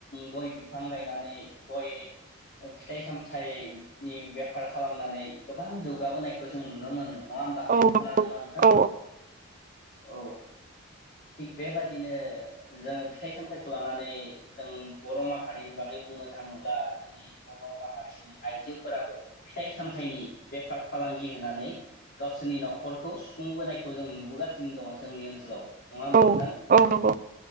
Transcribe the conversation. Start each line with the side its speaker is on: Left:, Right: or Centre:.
Left: गय बिफां गायनानै गय फिथाइ सामथाइनि बेफार खालामनानै गोबां जौगाबोनायखौ जों नुनो मोनो। नङा होमबा
Right: औ
Left: खोनादोंना
Right: नंगौ
Left: नोंथां?
Right: औ
Left: औ थिग बेबादिनो जोङो फि थाइ सामथाइखौ लानानै जों बर' माहारिनि बागै बुंनो थाङोब्ला जोंनि बर' माहारिनि आइजोफोराबो फिथाइ सामथाइनि बेफार फालांगि होनानै गावसोरनि न'खरखौ सुफुंबोनायखौ जों नुबोगासिनो दङ जोंनि ओनसोलाव। नङा होनबा
Right: औ
Left: नोंथां।
Right: औ नंगौ